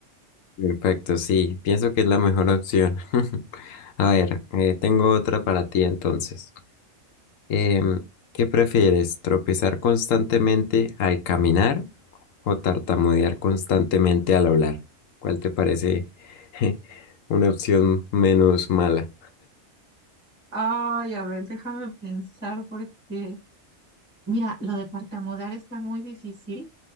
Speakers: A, on the left; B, on the right.
A: Perfecto, sí, pienso que es la mejor opción. <laughs> A ver, eh, tengo otra para ti entonces. Em, ¿qué prefieres? ¿Tropezar constantemente al caminar o tartamudear constantemente al hablar? ¿Cuál te parece <laughs> una opción menos mala?
B: Ay, a ver, déjame pensar porque Mira, lo de tartamudear está muy difícil